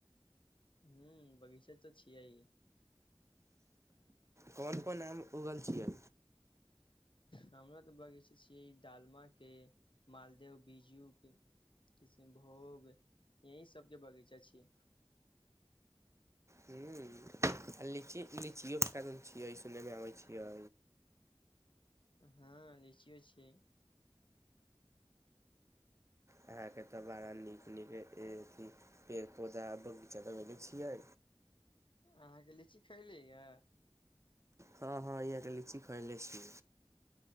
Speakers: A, on the left; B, on the right.
A: ह्म्म बगीचा ते छियै ई।
B: कोन-कोन आम उगल छियै।
A: हमरा तऽ बगीचा छियै ई दालमा के, मालदेव, बीजू के, किशनभोग एही सब के बगीचा छिये।
B: ह्म लीची, लीचियो के कारण छियै सुनै मे आबै छियै।
A: हाँ लीचीयो छै।
B: अहाँ के तऽ बड़ा नीक-नीक ए एथी पेड़-पौधा बगीचा लगेली। छियै।
A: अहाँ के लीची खेएली या।
B: हाँ-हाँ या ते लीची। खेएलै छी।